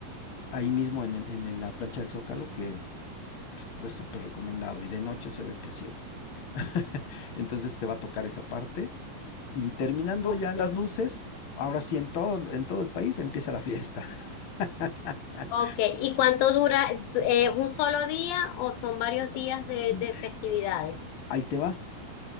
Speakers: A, on the left; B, on the left.
A: ahí mismo en, el- en el- la plancha del Zócalo, que es súper recomendado y de noche se ve precioso. <laughs> Entonces te va a tocar esa parte. Y terminando
B: ok,
A: ya las luces, ahora sí en todo, en todo el país empieza la fiesta. <laughs>
B: ok. ¿Y cuánto dura? ¿Es un solo día o son varios días de, de
A: Eh,
B: festividades?
A: Ahí te va.